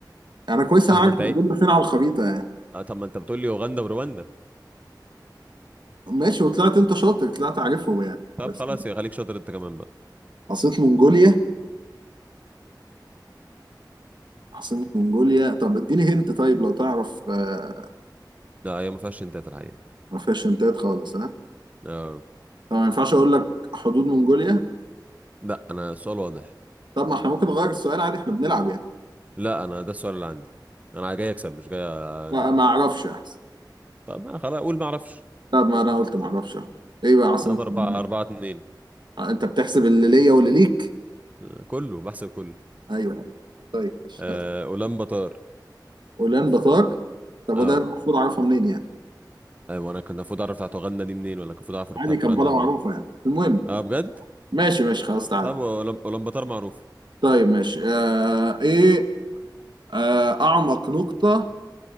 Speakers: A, on the right (about 80°); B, on the right (about 20°).
A: انا كويس انا
B: اه
A: عارف
B: ما انت
A: منجوليا
B: ايه
A: فين على الخريطة يعني
B: اه طب ما انت بتقول لي اوغندا ورواندا
A: ماشي وطلعت انت شاطر طلعت عارفهم يعني
B: طب
A: بس
B: خلاص يا خليك شاطر انت كمان بقى
A: عاصمة منجوليا عاصمة منغوليا طب اديني هنت طيب لو تعرف آه،
B: لا هي ما فيهاش انتات الحقيقة
A: ما فيهاش هنتات خالص ها
B: آه.
A: طب ما ينفعش اقول لك حدود منغوليا
B: لا انا السؤال واضح
A: طب ما احنا ممكن نغير السؤال عادي احنا بنلعب يعني
B: لا انا ده السؤال اللي عندي انا جاي اكسب مش جاي أ-
A: ما ما اعرفش احسن
B: طب ما خلاص اقول ما اعرفش
A: طب ما انا قلت ما اعرفش اهو ايه بقى عاصمة
B: طب أربعة
A: منغوليا
B: أربعة اتنين
A: آه، انت بتحسب اللي ليا واللي ليك
B: آه. كله بحسب كله
A: ايوه ايوه طيب ماشي
B: آه. أولانباتار
A: اولان بطاق طب
B: اه
A: وده المفروض اعرفها منين يعني
B: ايوه انا كان المفروض اعرف بتاعت اوغندا دي منين ولا كان المفروض اعرف بتاعت
A: عادي كمبالا
B: رواندا منين
A: معروفة يعني المهم
B: اه بجد
A: ماشي ماشي خلاص تعالى
B: طب أولان- أولانباتار معروف
A: طيب ماشي آه ايه آه اعمق نقطة